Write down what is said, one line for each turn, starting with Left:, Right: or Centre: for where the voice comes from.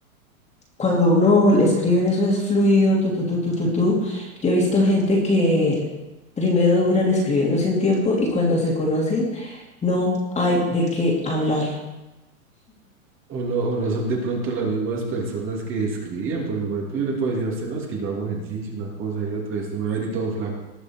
Left: cuando uno le escribe en eso es fluido, tú, tú, tú, tú, tú, tú. Yo he visto gente que primero duran escribiéndose un tiempo y cuando se conocen no hay de qué hablar.
Right: O no, o no son de pronto las mismas personas que escribían, porque por ejemplo yo le puedo decir a usted, no, es que yo hago ejercicio, una cosa y otra, y usted me va a ver y todo flaco.